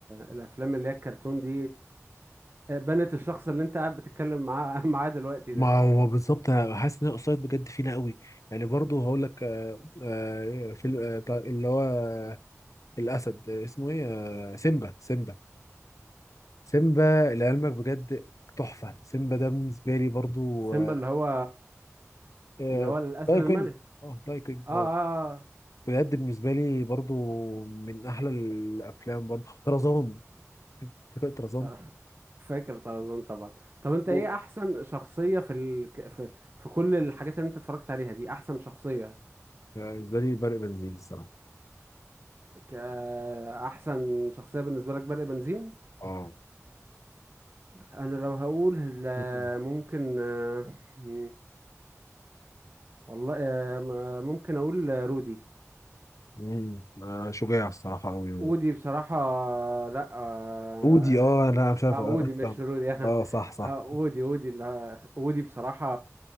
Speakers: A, on the right; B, on the left.
A: الأفلام اللي هي الكرتون دي بنت الشخص اللي انت قاعد بتتكلم معاه <laughs> معاه دلوقتي
B: ما
A: ده
B: هو بالظبط انا حاسس ان الاوفسايد بجد فينا قوي يعني برضو هقول لك آه، آه، في ال- آه، بتاع- اللي هو آه، الاسد آه، اسمه ايه آه، سيمبا سيمبا سيمبا لعلمك بجد تحفه سيمبا ده بالنسبه لي برضو
A: سيمبا
B: آه،
A: اللي هو
B: آه،
A: اللي هو الاسد
B: لاين
A: الملك
B: كينج اه لاين كينج
A: اه اه
B: اه
A: آه.
B: بجد بالنسبه لي برضو من احلى الافلام برضو طرزان فكره طرزان
A: طر- <laughs> فاكر طرزان طبعا طب انت
B: و-
A: ايه احسن شخصية في ال... ك- في في كل الحاجات اللي انت اتفرجت عليها دي احسن شخصية
B: آه، بالنسبه لي برق بنزين الصراحه
A: ك... آه، احسن شخصية بالنسبة لك برق بنزين
B: اه
A: انا لو هقول لا،
B: مم.
A: ممكن آه، م- والله آه، م- ممكن اقول آه، رودي
B: مم. آه، شجاع الصراحه قوي
A: ودي بصراحة لا آه،
B: اودي اه لا مش عارف
A: اه اودي
B: اتلم
A: مش رودي <laughs>
B: اه صح صح
A: اه اودي اودي اللي اودي بصراحة